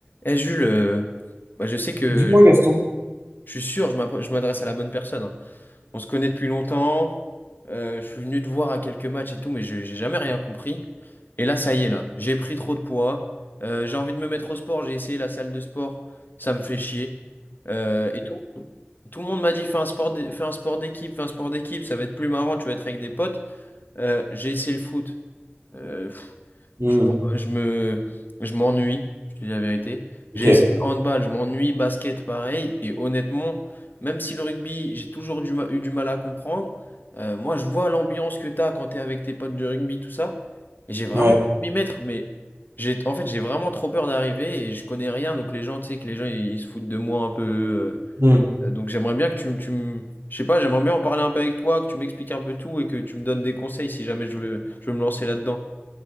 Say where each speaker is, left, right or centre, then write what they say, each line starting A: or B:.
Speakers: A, on the left; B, on the right.
A: Eh Jules, euh, bah, je sais que
B: Dis-moi, Gaston.
A: je suis sûr, je m'appro- je m'adresse à la bonne personne. hein. On se connaît depuis longtemps. euh, je suis venu te voir à quelques matchs et tout, mais je j'ai jamais rien compris. Et là, ça y est, là, j'ai pris trop de poids. euh, j'ai envie de me mettre au sport. J'ai essayé la salle de sport, ça me fait chier. Euh, et tout, tout le monde m'a dit, fais un sport, d'é- fais un sport d'équipe, fais un sport d'équipe, ça va être plus marrant, tu vas être avec des potes. Euh, j'ai essayé le foot. euh,
B: Hmm,
A: je, je me, je m'ennuie, je te dis la vérité. J'ai
B: Ok,
A: essayé le handball, je m'ennuie, basket, pareil. Et honnêtement, même si le rugby, j'ai toujours du ma- eu du mal à comprendre, euh, moi, je vois l'ambiance que tu as quand tu es avec tes potes de rugby, tout ça. Et j'ai vraiment
B: ouais.
A: envie de m'y mettre, mais j'ai, en fait, j'ai vraiment trop peur d'arriver et je connais rien. Donc, les gens, tu sais, que les gens, ils, ils se foutent de moi un peu.
B: Hmm.
A: euh, donc, j'aimerais bien que tu, me- tu me. Je sais pas, j'aimerais bien en parler un peu avec toi, que tu m'expliques un peu tout et que tu me donnes des conseils si jamais je veux, je veux me lancer là-dedans.